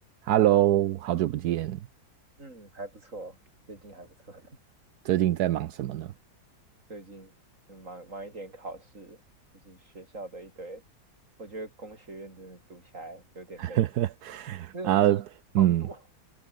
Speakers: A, on the right (about 75°); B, on the right (about 50°).
A: Hello，好久不见，
B: 嗯，还不错，最近还不错。<laughs>
A: 最近在忙什么呢？
B: 最近就忙忙一点考试，就是学校的一堆。我觉得工学院真的读起来有点累，
A: <laughs>
B: 那机好多。
A: 啊，嗯，